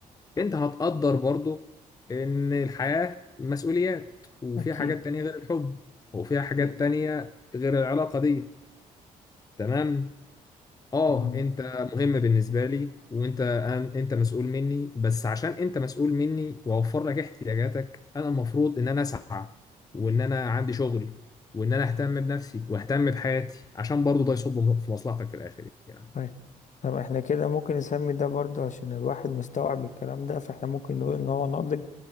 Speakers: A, on the left (about 25°); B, on the left (about 50°).
A: انت هتقدر برضه ان الحياة مسؤوليات وفيها
B: اكيد
A: حاجات تانية غير الحب وفيها حاجات
B: اكيد
A: تانية غير العلاقة دي تمام اه
B: مم.
A: انت مهم بالنسبه لي وانت أنا- انت مسؤول مني بس عشان انت مسؤول مني واوفر لك احتياجاتك انا المفروض ان انا اسعى وان انا عندي شغل وان انا اهتم بنفسي واهتم بحياتي عشان برضو ده يصب في مصلحتك في الاخر يعني
B: طيب طب احنا كده ممكن نسمي ده برضه عشان الواحد مستوعب الكلام ده فاحنا ممكن نقول ان هو ناضج